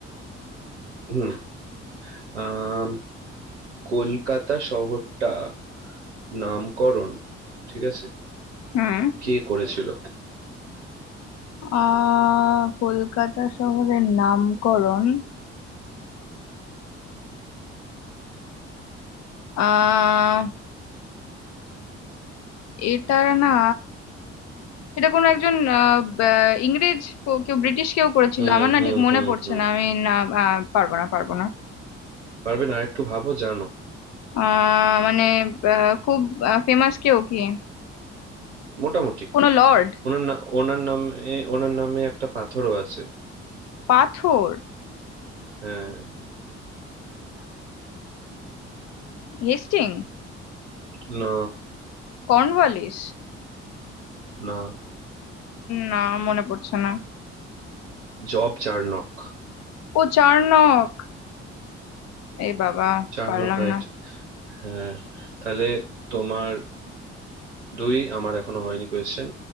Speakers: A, on the right; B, on the left.
A: হুম, আম, কলকাতা শহরটা নামকরণ ঠিক আছে
B: হুম
A: কে করেছিল
B: আহ কলকাতা শহরের নামকরণ আহ এটার না এটা কোনো একজন আহ, বা- ইংরেজ কো- কেউ ব্রিটিশ কেউ করেছিল
A: হুম
B: আমার না
A: হুম
B: ঠিক মনে
A: হুম
B: পড়ছে
A: হুম
B: না আমি না আহ, পারবো না পারবো না
A: পারবেন আর একটু ভাবো জানো
B: আহ মানে আহ, খুব ফেমাস কেউ কি
A: মোটামুটি
B: কোনো লর্ড
A: ওনার না ওনার নামে ওনার নামে একটা পাথরও আছে
B: পাথর
A: হ্যাঁ
B: হেস্টিং
A: না
B: কর্নওয়ালিস
A: না
B: না মনে পড়ছে না
A: Job Charnock
B: ও চার্নক এই বাবা
A: চার্নকাইট
B: পারলাম না
A: হ্যাঁ তাহলে তোমার দুই আমার এখনো হয়নি কোয়েশ্চেন